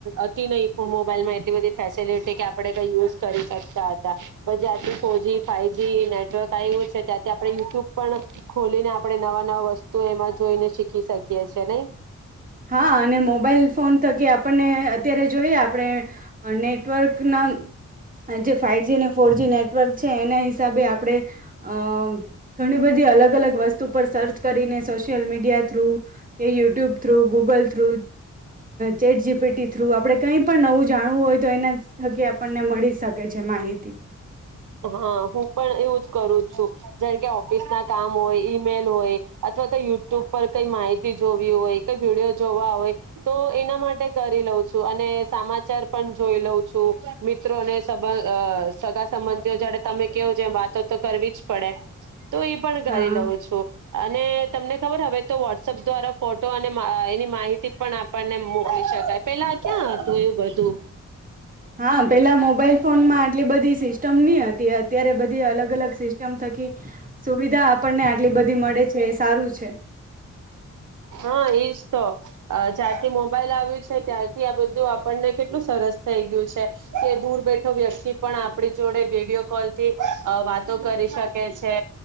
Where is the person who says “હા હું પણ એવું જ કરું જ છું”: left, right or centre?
Right